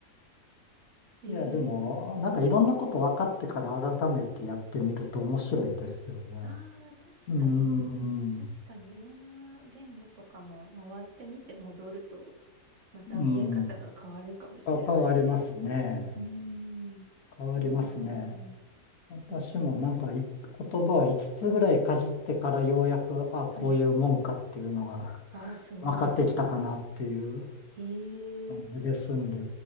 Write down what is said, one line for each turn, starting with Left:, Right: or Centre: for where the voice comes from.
Right: <laughs>
Left: いや、でも、
Right: ええ
Left: なんかいろんなこと分かってから改めてやってみると面白いですよね。
Right: ああ、確かに、
Left: うーん、
Right: 確かにいろんな言語とかも回ってみて戻ると、また見え方が変わるかもしれないですね。
Left: うん。あ変わりますね。
Right: うーん、
Left: 変わりますね。
Right: なるほど。
Left: 私もなんかい、
Right: あ、
Left: 言葉は5つつぐらいかじってからようやく、あ、こういうもんかっていうのが
Right: はい。ああ、すごい。
Left: 分かってきたかなっていう
Right: へえ。
Left: 感じですんで。